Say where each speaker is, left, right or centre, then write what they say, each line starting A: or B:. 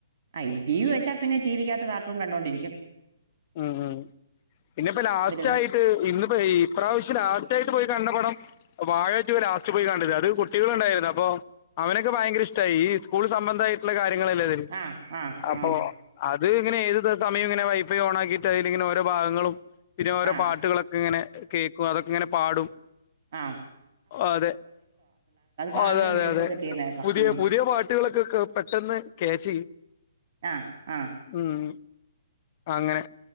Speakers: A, on the right (about 45°); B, on the left (about 35°).
A: ഇപ്പ ടി വി വെച്ചാൽ പിന്നെ ടി വി ക്കകത്ത് കാർട്ടൂൺ കണ്ടുകൊണ്ടിരിക്കും.
B: ഉം ഉ പിന്നെപ്പ ലാസ്റ്റ്
A: തൊട്ട്
B: ആയി ട്ട് ഇന്ന് ഇപ്പം ഈപ്രാവശ്യം ലാസ്റ്റായിട്ട് പോയി കണ്ട പടം വാഴ റ്റു ലാസ്റ്റ് പോയി കണ്ടിനത് അത് കുട്ടികളും ഉണ്ടായിരുന്നു അപ്പോ അവരോക്കെ ഭയങ്കര ഇഷ്ടമായി ഈ സ്കൂൾ സംബന്ധമായിട്ടുള്ള കാര്യങ്ങളല്ലേ അത്
A: ആ ആ
B: അപ്പൊ
A: ആ
B: അത് ഇങ്ങനെ ഏത് സമയം ഇങ്ങനെ വൈ ഫൈ ഓണക്കിട്ട് അതിലിങ്ങെനെ ഓരോ ഭാഗങ്ങളും പിന്നെ ഓരോ
A: ആ
B: പാട്ടുകളൊക്കെ ഇങ്ങനെ കേ ക്കുംഅതൊക്കെങ്ങനെ പാടും
A: ആഹ്
B: ഓ അതെ
A: പാടുകയും
B: ഓ അതെ അതെ
A: കേൾക്കുകയൊക്കെ
B: അതെ
A: ചെയ്യുന്ന കേക്കാം
B: പുതിയ
A: ഉം
B: പുതിയ പാട്ടുകളൊക്കെ പെട്ടെന്ന് ക്യാച്ച് ചെയ്യും
A: ആഹ് ആഹ്
B: ഉം അങ്ങനെ